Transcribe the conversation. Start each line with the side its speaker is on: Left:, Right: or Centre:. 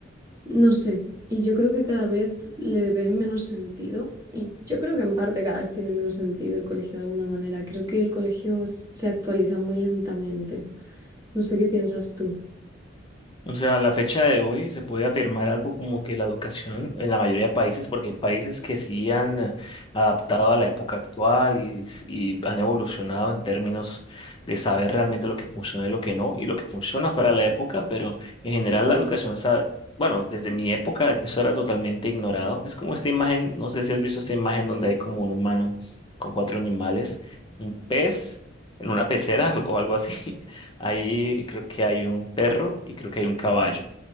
Right: No sé, y yo creo que cada vez le ven menos sentido, y yo creo que en parte cada vez tiene menos sentido el colegio de alguna manera. Creo que el colegio s- se actualiza muy lentamente. No sé qué piensas tú.
Left: O sea, a la fecha de hoy se puede afirmar algo como que la educación en la mayoría de países, porque hay países que sí han eh, adaptado a la época actual y, s- y han evolucionado en términos de saber realmente lo que funciona y lo que no, y lo que funciona para la época, pero en general la educación, sa- bueno, desde mi época eso era totalmente ignorado. Es como esta imagen, no sé si has visto esta imagen donde hay como un humano con cuatro animales, un pez en una pecera <laughs> o algo así. Ahí creo que hay un perro y creo que hay un caballo.